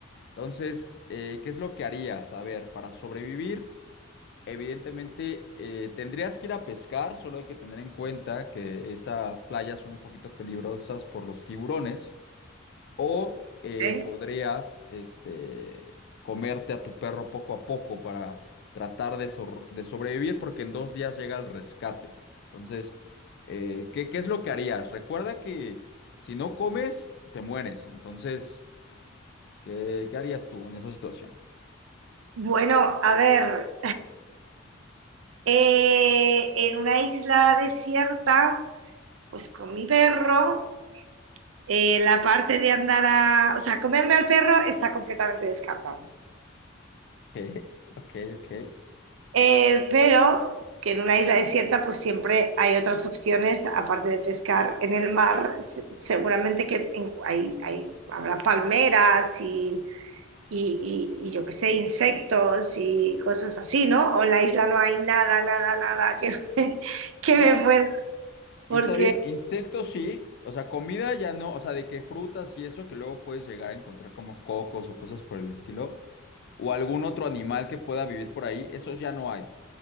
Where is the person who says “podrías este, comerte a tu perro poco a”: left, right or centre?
Left